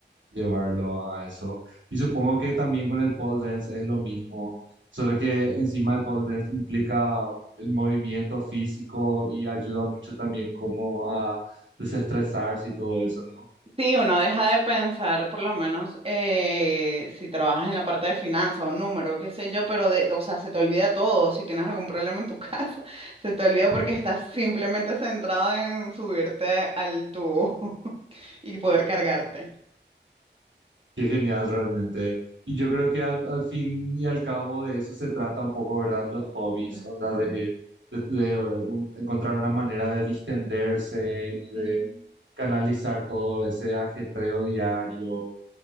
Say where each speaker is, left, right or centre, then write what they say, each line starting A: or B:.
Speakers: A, on the right; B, on the right.
A: llevarlo a eso. Y supongo que también con el pole dance es lo mismo, solo que encima el pole dance implica el movimiento físico y ayuda mucho también como a desestresarse y todo eso, ¿no?
B: Sí, uno deja de pensar, por lo menos, eh, si trabajas en la parte de finanzas o número, qué sé yo, pero de, o sea, se te olvida todo. Si tienes algún problema en tu casa, <laughs> se te olvida porque
A: Ah,
B: estás simplemente centrado en subirte al tubo <laughs> y poder cargarte.
A: Qué genial realmente. Y yo creo que al, al fin y al cabo de eso se trata un poco, ¿verdad? Los hobbies,
B: No.
A: onda de, de- de, eh, un- encontrar una manera de distenderse y de
B: Eh,
A: canalizar todo ese ajetreo diario